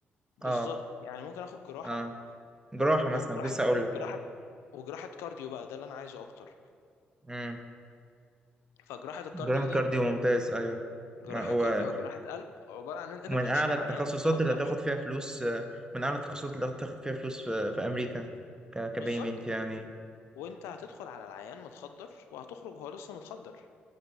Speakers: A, on the left; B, on the right.
A: بالظبط
B: اه
A: يعني ممكن اخد جراحه
B: اه جراحة
A: وجراحه
B: مثلا لسه اقول لك
A: جراحه
B: اه
A: وجراحة كارديو بقى ده اللي انا عايزه اكتر
B: امم
A: فجراحة الكارديو
B: جراحة
A: دي
B: كارديو ممتاز ايوه
A: جراحة
B: ما هو
A: كارديو أو جراحة قلب عبارة عن إن أنت
B: من
A: بتخش
B: اعلى
A: على
B: التخصصات
A: عيان متخدر
B: اللي هتاخد فيها فلوس آه، من اعلى التخصصات اللي هتاخد فيها فلوس في, في امريكا ك كبيمنت
A: بالظبط
B: يعني
A: وأنت هتدخل على العيان متخدر وهتخرج هو لسه متخدر